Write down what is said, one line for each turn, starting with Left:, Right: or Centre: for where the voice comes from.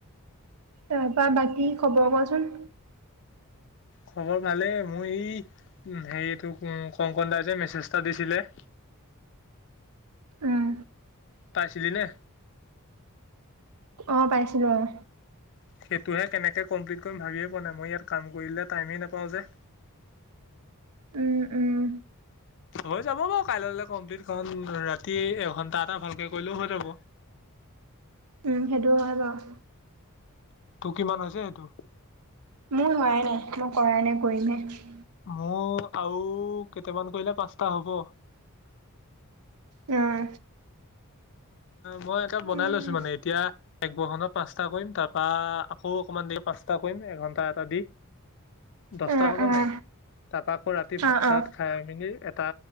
Right: তাৰ পৰা বাকী খবৰ কোৱাচোন
Left: খবৰ ভালে মোৰ এই হেৰি এইটো কংকন দা যে মেছেজ এটা দিছিলে
Right: উম
Left: তাই চিনিলে।
Right: অঁ পাইছিলোঁ অঁ।
Left: সেইটোহে কেনেকে কমপ্লিট কৰিম ভাবিয়ে পোৱা নাই মই ইয়াত কাম কৰিলে টাইমেই নাপাওঁ যে।
Right: উম উম।
Left: হৈ যাব বাৰু কাইলৈলো কমপ্লিট খ ৰাতি এঘন্টা এটা ভালকে কৰিলেও হৈ যাব।
Right: উম সেইটো হয় বাৰু।
Left: তোৰ কিমান হৈছে সেইটো?
Right: মোৰ হোৱাই নাই মই কৰাই নাই কৰিমহে।
Left: মোৰ আও কেইটামান কৰিলে পাঁচটা হব।
Right: উম।
Left: মই এটা বনাই
Right: উম
Left: লৈছো মানে এতিয়া। এক বৰষত পাঁচটা কৰিম তাৰ পৰা আকৌ অকমান দেৰি পাঁচটা কৰিম এঘণ্টা এটা দি। দচটা
Right: অ
Left: হ'ব
Right: অ
Left: নাই তাৰপা আকৌ ৰাতি ভাত
Right: অ
Left: চাতাত
Right: অ
Left: খাই মেলি টা